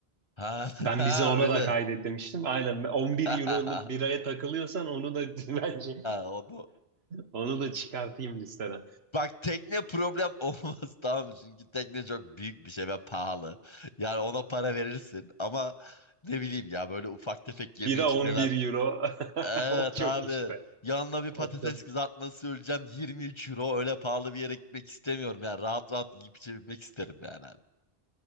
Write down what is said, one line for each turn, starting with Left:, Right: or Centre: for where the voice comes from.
Left: Ha, <laughs>
Right: Ben
Left: ha
Right: bize ona
Left: öyle.
Right: da kaydet demiştim. Aynen 11
Left: <laughs>
Right: euroluk biraya takılıyorsan onu da <laughs> bence <laughs>
Left: O da
Right: onu da çıkartayım listeden.
Left: Bak tekne problem <laughs> olmaz tamam mı? Çünkü tekne çok büyük bir şey ve pahalı. Yani ona para verirsin ama ne bileyim ya böyle ufak tefek yeme
Right: Bira
Left: içmeler.
Right: 11 euro. <laughs>
Left: Evet
Right: O çok
Left: abi
Right: işte.
Left: yanına bir
Right: O
Left: patates
Right: çok.
Left: kızartması öleceğim 23 euro öyle pahalı bir yere gitmek istemiyorum. Yani rahat rahat yiyip içebilmek isterim yani. abi.